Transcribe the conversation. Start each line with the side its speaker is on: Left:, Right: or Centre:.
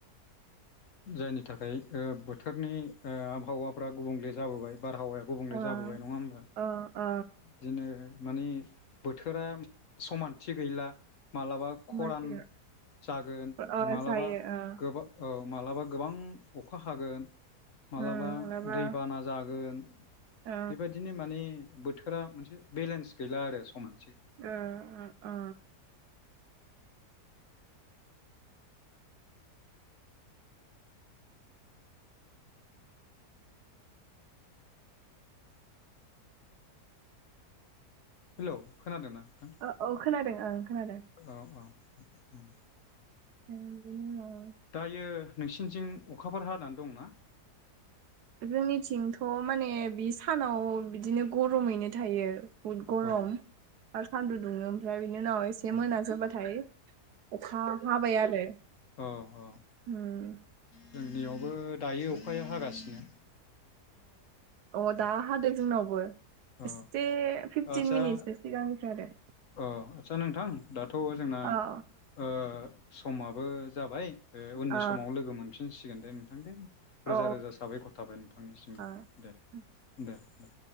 Left: जायनि थाखाय बोथोरनि आबहावाफ्रा गुबुंले जाबोबाय बारहावाया गुबुंले
Right: ओ
Left: जाबोबाय नङा होमबा
Right: ओ ओ
Left: बिदिनो मानि बोथोरा समानथि गैला मालाबा खरान
Right: मानसिया
Left: जागोन
Right: ओ
Left: मालाबा
Right: जायो ओ
Left: गोबां औ मालाबा गोबां अखा हागोन मालाबा
Right: उम माबा
Left: दैबाना जागोन
Right: ओ
Left: बेबायदिनो माने बोथोरा मोनसे बेलेन्स गैला आरो समान
Right: ओ ओ
Left: हेल' खोनादों ना नोंथां
Right: ओ औ खोनादों ओं खोनादों
Left: औ औ उम
Right: ओ बेनि उनाव
Left: दायो नोंसिनिथिं अखाफोर हानानै दंना
Right: जोंनिथिंथ' माने बे सानाव बिदिनो गरमैनो थायो बुहुद गरम
Left: अ
Right: आरो सान्दुं दुङो ओमफ्राय बिनि उनाव एसे
Left: औ
Right: मोनाजोबाथाय अखा हाबाय आरो
Left: अ अ
Right: उम
Left: जोंनियावबो दायो अखाया हागासिनो
Right: ओ अ
Left: औ
Right: दा हादों जोंनावबो
Left: औ
Right: एसे फिफटिन
Left: आदसा
Right: मिनिटसो सिगांनिफ्राय आरो
Left: अ आदसा नोंथां दाथ' जोंना
Right: आरो
Left: ओ समाबो जाबाय उननि
Right: अ
Left: समाव लोगो मोनफिनसिगोन दे नोंथां दे रोजा
Right: औ
Left: रोजा साबायखर थाबाय नोंथांनिसिमबो
Right: औ
Left: दे
Right: औ
Left: दे दे